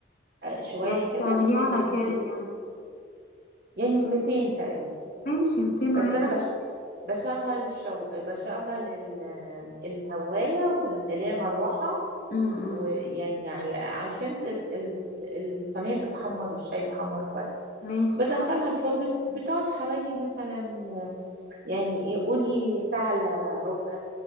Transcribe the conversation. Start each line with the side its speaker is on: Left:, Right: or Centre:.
Right: آه، شوية
Left: يعني بتعمليها
Right: كده
Left: على
Right: وبت
Left: كام يعني
Right: يعني 200 تقريبا
Left: ماشي 200 عادي
Right: بس أنا بش... بشغل الشو... بشغل ال... الهواية وال- اللي هي المروحة
Left: امم
Right: ويعني على عشان تت... ال- الصينية تتحمر والشاي يتحمر كويس
Left: ماشي
Right: بدخلها
Left: حلو
Right: الفرن بتقعد حوالي مثلا يعني ايه قولي ساعة الا ربع